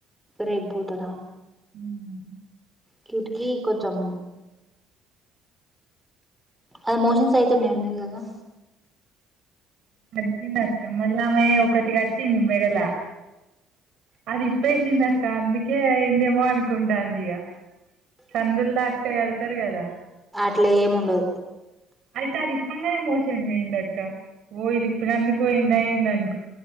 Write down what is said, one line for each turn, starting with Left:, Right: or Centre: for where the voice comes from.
Centre: రేబ్బోతరా
Right: ఉమ్
Centre: డ్యూటీ కి కొంచం అది మోషన్స్ అయితున్నయి అన్నది గదా
Right: అర్జెంట్ అస్ క్కమ్మోకళ్లామే ఒకటి కట్టింది మెడల అది ఇప్పేసిందక్క, అందుకే అయిందేమో అనుకుంటాందిగ. సందుల్తాక్తే కడతరు గదా
Centre: అట్లేముండదు
Right: అయితే అదిప్పంగనే మోశన్ పోయిందక్క ఓ ఇదిప్పీనందుకు పోయింద ఎందని